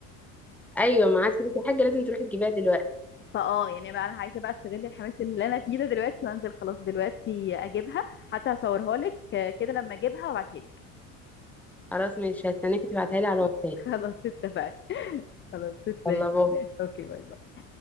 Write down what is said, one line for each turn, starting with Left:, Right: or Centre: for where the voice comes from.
Centre: ايوه معاك فلوس يا حاجه لازم تروحي تجيبيها دلوقتي
Left: فاه يعني بقى انا عايزه بقى استغل الحماس اللي انا فيه ده دلوقتي وانزل خلاص دلوقتي اجيبها حتى هصورها لك كده لما اجيبها وابعتها لك
Centre: خلاص ماشي هستناكي تبعتها لي على الواتساب
Left: <laughs> خلاص اتفقنا <laughs> خلاص تسلمي
Centre: يلا بابا
Left: اوكي باي باي